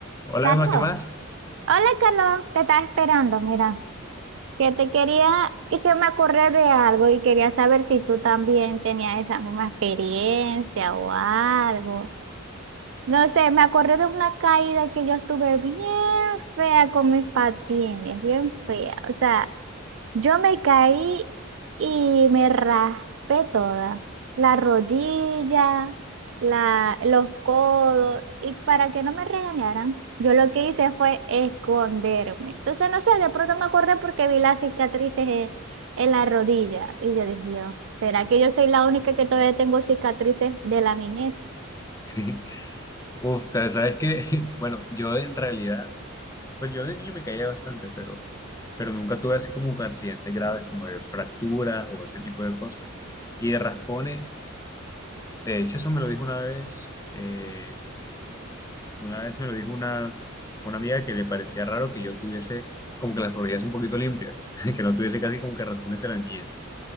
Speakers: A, on the left; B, on the right.
A: Hola
B: Carlos,
A: Emma, ¿qué más?
B: hola Carlos, te estaba esperando, mira, que te quería, que, que me acordé de algo y quería saber si tú también tenías esa misma experiencia o algo. No sé, me acordé de una caída que yo estuve bien fea con mis patines, bien fea. O sea, yo me caí y me raspé toda, la rodilla, la, los codos, y para que no me regañaran, yo lo que hice fue esconderme. Entonces, no sé, de pronto me acordé porque vi las cicatrices en, en la rodilla y yo dije, Dios, ¿será que yo soy la única que todavía tengo cicatrices de la niñez?
A: <laughs> Uf, sabes, sabes que, <laughs> bueno, yo en realidad, pues yo de niño me caía bastante, pero, pero nunca tuve así como un accidente grave, como de fracturas o ese tipo de cosas. Y de raspones, de hecho eso me lo dijo una vez, eh, una vez me lo dijo una, una amiga que le parecía raro que yo tuviese como que las rodillas un poquito limpias, <laughs> que no tuviese casi como que raspones de la niñez.